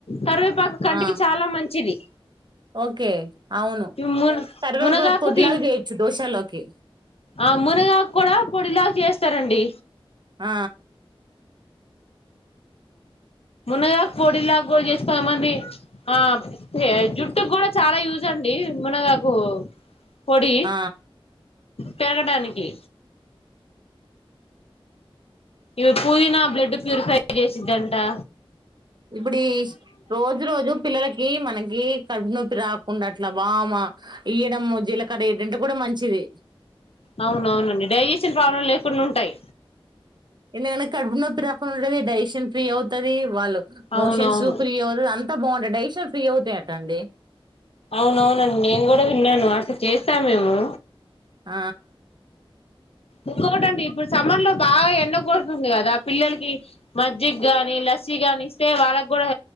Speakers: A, on the left (about 80°); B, on the right (about 50°).
A: కరివేపాకు కంటికి
B: ఆ
A: చాలా మంచిది
B: ఓకే అవును
A: ము
B: కర్వేపాకుపొడ్లాగా
A: మునగాకు తి
B: చేయొచ్చు దోశలోకి
A: ఆ మునగాకు కూడా పొడిలాగా చేస్తారండి
B: ఆ
A: మునగాకు పొడిలా కూడా చేస్తామండి ఆ జుట్టుకు కూడా చాలా యూజు అండి మునగాకు, పొడి
B: ఆ
A: పెరగడానికి ఇవి పువిన బ్లడ్ ప్యూరిఫై చేసద్దంటా
B: ఇప్పుడి రోజు రోజు పిల్లలకి మనకి కడుపు నొప్పి రాకుండా అట్లా వాము ఇయ్యడము. జీలకర్ర ఇయంటే కూడా మంచిది.
A: అవునవునండి డైజేషన్ ప్రాబ్లం లేకుండా ఉంటాయి.
B: ఎందుకు అంటే కడుపు నొప్పి రాకుండా ఉండటమే డైజేషన్ ఫ్రీ అవుతది వాళ్ళు
A: అవునవును
B: మోషన్స్ ఫ్రీ ఉండదు అంత బాగుంటాయట డైజెషన్ ఫ్రీ అవుతాయిట అండి.
A: అవునవునండి నేను కూడా విన్నాను అసలు చేస్తామేము
B: ఆ
A: ఇంకోటండి ఇప్పుడు సమ్మర్ లో బాగా ఎండ కొడుతుంది కదా, పిల్లలకి మజ్జిగ గాని, లస్సి గాని, ఇస్తే వాళ్ళకి కూడా